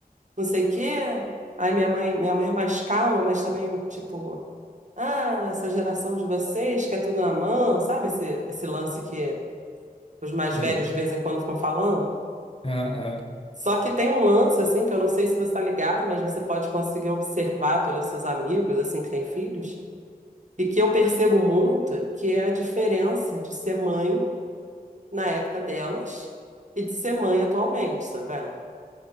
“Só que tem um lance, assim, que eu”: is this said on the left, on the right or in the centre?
Right